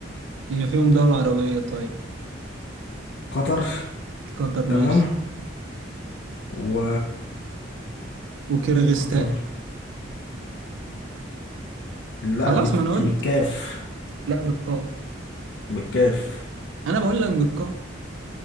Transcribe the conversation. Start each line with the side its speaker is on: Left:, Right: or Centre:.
Right: هي فيهم دولة عربية طيب
Left: قطر
Right: قطر
Left: تمام
Right: ماشي
Left: و
Right: وكيرغستان
Left: قطر لا
Right: خلاص
Left: دي بت-
Right: ما انا قلت
Left: دي بالكاف
Right: لا بالقاف
Left: بالكاف
Right: انا بقول لك بالقاف